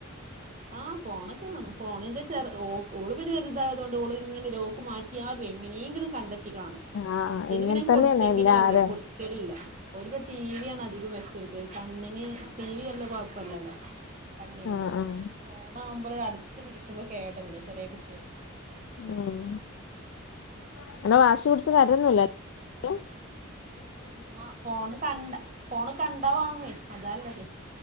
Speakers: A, on the right; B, on the left.
A: ആ ഫോണൊക്കെ കാണും ഫോണിന്റെ ചെറ് ഓ ഓള് പിന്നെ വൽതായതൊണ്ട് ഓള് ഇങ്ങനെ ലോക്ക് മാറ്റിയാലും എങ്ങനെങ്കിലും കണ്ടെത്തി കാണും.
B: ആഹ്
A: മറ്റെന്
B: ഇങ്ങനെ
A: പിന്നെ
B: തന്നെയാണ്
A: കൊട്ത്തങ്കിലെ
B: എല്ലാരും
A: ഉള്ളൂ, കൊടുക്കലില്ല, ഓന് പിന്നെ ടിവി യാണ് അധികം വെച്ചൊട് കണ്ണിന് ടിവി വല്ല കൊഴപ്പല്ലല്ലോ കണ്ണിന്
B: ആഹ് ആഹ്
A: ഫോൺ ആകുമ്പോൾ അടുത്ത് പിടിക്കുമ്പോ കേടല്ലേ ചെറിയ കുട്ടിയല്ലേ
B: ഉം അങ്ങനെ വാശി പിടിച്ച് കരയൊന്നുല്ല അല്ലേ.
A: ഉം ആഹ് ഫോണ് കണ്ട ഫോണ് കണ്ടാ വാങ്ങും അതാള്ളത്.